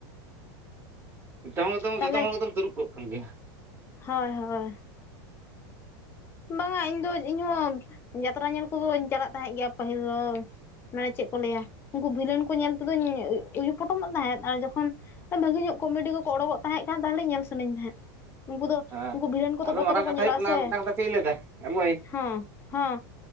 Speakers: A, on the right (about 15°); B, on the left (about 15°).
A: ᱱᱤᱛᱚᱜ ᱦᱚᱸᱛᱚᱢ
B: ᱛᱟᱦᱚᱞᱮ
A: ᱡᱚᱛᱚ ᱦᱚᱲ ᱜᱮᱛᱚᱢ ᱛᱤᱨᱩᱵ ᱠᱚᱜ ᱠᱟᱱ ᱜᱮᱭᱟ
B: ᱦᱳᱭ ᱦᱳᱭ ᱵᱟᱝᱟ ᱤᱧ ᱫᱚ ᱤᱧ ᱦᱚᱸ ᱡᱟᱛᱨᱟ ᱧᱮᱞ ᱠᱚᱫᱚᱧ ᱪᱟᱞᱟᱜ ᱛᱟᱦᱮᱸᱫ ᱜᱮᱭᱟ ᱯᱟᱹᱦᱤᱞ ᱫᱚ ᱢᱟᱱᱮ ᱪᱮᱫ ᱠᱚ ᱞᱟᱹᱭᱟ ᱩᱱᱠᱩ ᱵᱷᱤᱞᱮᱱ ᱠᱚ ᱧᱮᱞ ᱛᱮᱫᱚᱧ ᱩᱭᱩ ᱯᱚᱴᱚᱢᱚᱜ ᱛᱟᱦᱮᱸᱫ ᱟᱨ ᱡᱚᱠᱷᱚᱱ ᱵᱷᱟᱹᱜᱤ ᱧᱚᱜ ᱠᱚᱢᱮᱰᱤ ᱠᱚᱠᱚ ᱚᱰᱳᱠᱚᱜ ᱛᱟᱦᱮᱸ ᱠᱟᱱ ᱛᱟᱦᱞᱮ ᱧᱮᱞ ᱥᱟᱱᱟᱧ ᱛᱟᱦᱮᱸᱫ ᱩᱱᱠᱩ ᱫᱚ
A: ᱦᱮᱸ
B: ᱩᱱᱠᱩ ᱵᱷᱤᱞᱮᱱ ᱠᱚᱫᱚ
A: ᱟᱫᱚ
B: ᱵᱚᱛᱚᱨ
A: ᱢᱟᱨᱟᱝ
B: ᱜᱮᱠᱚ
A: ᱠᱟᱛᱷᱟ
B: ᱧᱮᱞᱚᱜᱼᱟ
A: ᱦᱩᱭᱩᱜ ᱠᱟᱱᱟ
B: ᱥᱮ
A: ᱟᱨ ᱢᱤᱫᱴᱟᱝ ᱠᱟᱛᱷᱟ ᱪᱮᱫ ᱤᱧ ᱞᱟᱹᱭ ᱫᱟ ᱮ ᱢᱚᱭ
B: ᱦᱚᱸ ᱦᱚᱸ